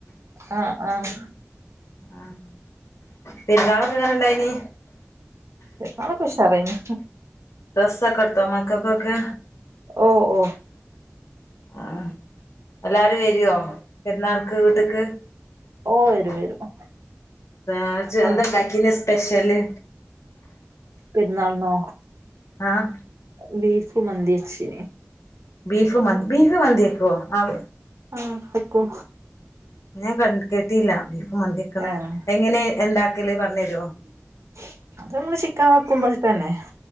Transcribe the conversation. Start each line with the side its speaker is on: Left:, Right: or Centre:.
Right: ആഹ് ആഹ്
Left: ആഹ്. പെരുന്നാളൊക്കെ എങ്ങനെ ഇണ്ടായിനി?
Right: പെരുന്നാളൊക്കെ ഉഷാറായിന്.
Left: ഡ്രസ്സൊക്കെ എടുത്ത മക്ക കൊക്കെ.
Right: ഓ ഓ
Left: ആഹ് എല്ലാരും വരുവോ പെരുന്നാൾ വീട്ടിക്ക്?
Right: ഓ
Left: <unintelligible>
Right: വരും വരും നാത്തൂ
Left: എന്താണ്ടാക്കിനി സ്പെഷ്യല്?
Right: പെരുന്നാളിനോ?
Left: ആഹ്.
Right: ബീഫ് മന്തി വെച്ച്.
Left: ബീഫ് മ ബീഫ് മന്തി വെക്കുവോ ആ
Right: ആഹ്. കു
Left: ഞാൻ കേട്ടില്ല ബീഫ് മന്തിയക്കണ
Right: ഏഹ്
Left: എങ്ങനെ എന്ത ക്കലി പറഞ്ഞ തരുമോ
Right: <unintelligible> ചിക്കൻ വെക്കുമ്പോൾ തന്നെ